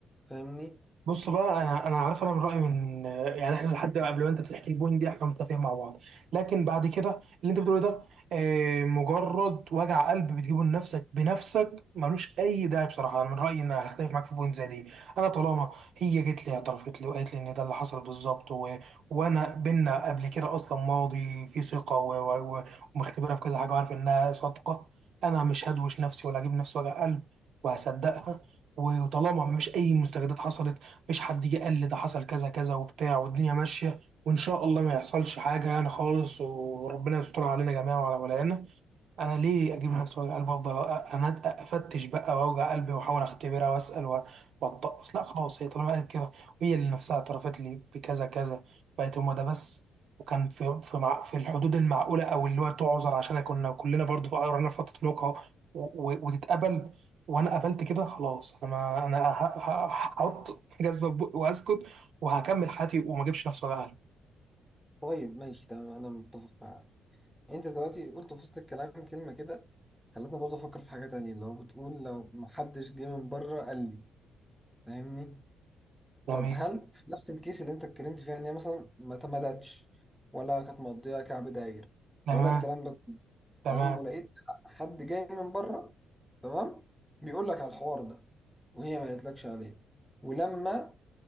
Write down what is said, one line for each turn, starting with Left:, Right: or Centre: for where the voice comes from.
Centre: فاهمني
Right: بص بقى انا انا عارف انا من رايي من يعني احنا لحد قبل ما انت بتحكي البوينت دي احنا متفقين مع بعض لكن بعد كده اللي انت بتقوله ده آه، مجرد وجع قلب بتجيبه لنفسك بنفسك ملوش اي داعي بصراحه انا من رايي ان هختلف معاك في بوينت زي دي انا طالما هي جت لي اعترفت لي وقالت لي ان ده اللي حصل بالظبط و... وانا بينا قبل كده اصلا ماضي في ثقه و... و... و- ومختبرها في كذا حاجه وعارف انها صادقه انا مش هدوش نفسي ولا اجيب نفسي وجع قلب وهصدقها وطالما مفيش اي مستجدات حصلت مفيش حد جه قال لي ده حصل كذا كذا وبتاع والدنيا ماشيه وان شاء الله ما يحصلش حاجه يعني خالص وربنا يستر علينا جميعا وعلى ولايانا انا ليه اجيب نفس وجع قلبي وافضل أ- انا افتش بقى واوجع قلبي واحاول اختبرها واسال و- واتطقس لا خلاص هي طالما قالت كده وهي اللي نفسها اعترفت لي بكذا كذا بقت هما ده بس وكان في في مع في الحدود المعقوله او اللي هو تعذر عشان كنا كلنا برضو في قررنا في فتره نقاهه و- و- وتتقبل وانا قبلت كده خلاص انا ما انا ه- ه- هحط جزمه في بقي واسكت وهكمل حياتي وما اجيبش نفس وجع قلبي
Centre: طيب ماشي تمام انا متفق معاك انت دلوقتي قلت في وسط الكلام كلمه كده خلتني برضه افكر في حاجه تانية اللي هو بتقول لو محدش جه من بره قال لي فاهمني
Right: تمام
Centre: طب هل في نفس الكيس اللي انت اتكلمت فيها ان هي مثلا ما تمدتش ولا كانت مقضيه كعب داير
Right: تمام
Centre: ولا الكلام ده كله
Right: تمام
Centre: تمام ولقيت حد جاي من بره تمام بيقول لك على الحوار ده وهي ما قالتلكش عليه ولما